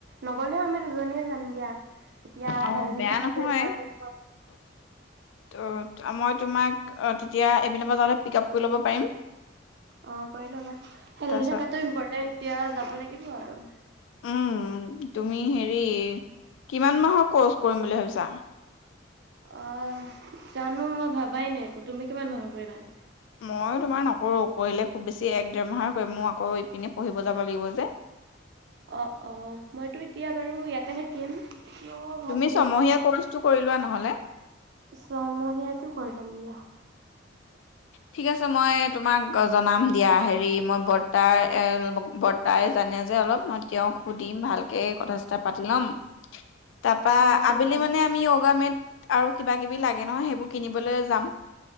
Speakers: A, on the right; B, on the left.
A: নগলেও আমি দুজনীয়ে জাম। দিয়া। এতিয়া
B: অ
A: হেলধী
B: বেয়া
A: থাকা
B: নহয়
A: টো ইম্পৰ্টেণ্ট হৈ
B: ত' মই তোমাক তেতিয়া এবিিল বজাততে পিক আপ কৰি ল'ব পাৰিম।
A: অ কৰি ল'বা হেল্ড
B: তাৰপিছত
A: থকাটো ইম্পৰ্টে এতিয়া যাব লাগিব আৰু।
B: উম, তুমি হেৰি কিমান মাহৰ কৰ্চ কৰিম বুলি ভাবিছা?
A: অ জানো মই ভাবাই নাই একো তুমি কিমান মাহৰ কৰিানো?
B: ময়ো তোমাৰ নকৰোঁ পঢ়িলে খুব বেছি এক ডেৰমাহাৰকৈ মোৰ আকৌ ইপিনে পঢ়িব যাব লাগিব যে।
A: অ-অ মইতো এতিয়া বাৰু ইয়াতে থাকিম। কিয় ভাবি
B: তুমি ছমহীয়া
A: আছো
B: কৰ্চটো কৰি লোৱা নহলে হে
A: ছমহীয়াটো কৰি ল'ম দিয়া
B: ঠিক আছে মই তোমাক জনাম দিয়া হেৰি মই বৰ্তাৰ বৰ্তাই জানে যে অলপ মই তেওঁক সুধিম ভালকে কথা পাতি ল'ম তাৰপা
A: অ সুধিবা
B: আবেলি মানে আমি গ মেদ আৰু কিবা কিবি লাগে নহয় সেইবোৰ কিনিবলৈ যাম